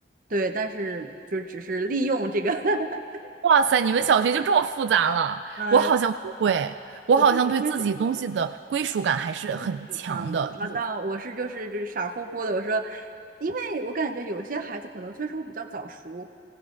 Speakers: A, on the right; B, on the right.
A: 对，但是就只是利用这个，<laughs>
B: 哇塞！你们小学就这么复杂了？
A: 呃，
B: 我好像不会，我好像对自己东西的归属感还是很强的，
A: 我就只是我是挺像的，那到我是就是就是傻乎乎的。
B: 就是
A: 我说，因为我感觉有些孩子可能确实我比较早熟，